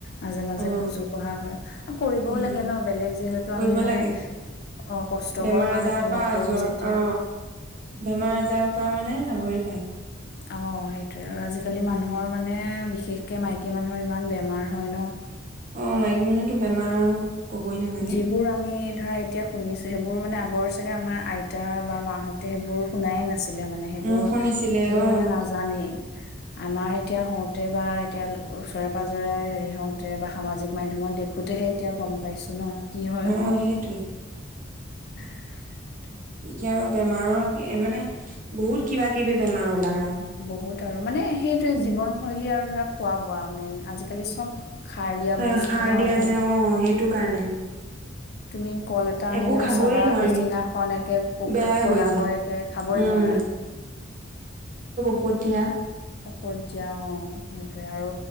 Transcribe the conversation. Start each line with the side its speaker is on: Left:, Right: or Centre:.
Left: মাজে মাজে
Right: অ
Left: খোজো কঢ়া হয় আৰু কৰিবও
Right: উম
Left: লাগে ন বেলেগ যিহেতু
Right: কৰিব
Left: আমি মানে
Right: লাগে
Left: অ কষ্টকৰ
Right: বেমাৰ
Left: কাম
Right: আজাৰৰ
Left: একো
Right: পৰা
Left: নকৰো
Right: আজৰ
Left: যেতিয়া,
Right: অ বেমাৰ আজাৰৰ পৰা মানে আহৰি পায়।
Left: অ' সেই আৰু আজিকালি
Right: উম
Left: মানুহৰ মানে, বিশেষকে মাইকী মানুহৰ ইমান বেমাৰ হয় ন!
Right: অ' মাইকী মানুহৰতো বেমাৰ, কবই নালাগে
Left: যিবোৰ আমি, ধৰা এতিয়া শুনিছো সেইবোৰ মানে আগৰ চাগে আমাৰ আইতা বা মাহঁতে সেইবোৰ শুনাই না, আছিলে মানে হেইবোৰ
Right: উম শুনিছিলে
Left: কি
Right: অ
Left: মানে নাজানেই আমাৰ এতিয়া হওঁতে বা এতিয়া, ওচৰে পাজৰে হেৰি হওতে বা সামাজিক মাধ্যমত দেখোতেহে এতিয়া গম পাইছো। <unintelligible> কি হয়?
Right: অ সেইটোৱে
Left: <unintelligible>
Right: এতিয়া আৰু বেমাৰত এ মানে বহুত কিবা-কিবি বেমাৰ ওলাই আৰু
Left: বহুত, তাৰ মানে, সেইটোৱে
Right: উম
Left: জীৱনশৈলী আৰু ধৰা। খোৱা-বোৱা মেইন, আজিকালি চব খাৰ দিয়া
Right: সাৰ
Left: বস্তু ন
Right: দিয়া
Left: একদম
Right: যে অ <unintelligible> <unintelligible> কাৰণে
Left: তুমি কল এটা আনিলেও
Right: একো খাবই
Left: চাবা
Right: নোৱাৰি
Left: পিছদিনাখন একে
Right: বেয়াই
Left: কলা
Right: হৈ যায়
Left: হয় একে খাবই
Right: উম
Left: নোৱাৰা,
Right: ঔষদ দিয়া
Left: ঔষধ দিয়া অ, সেইটয়ে আৰু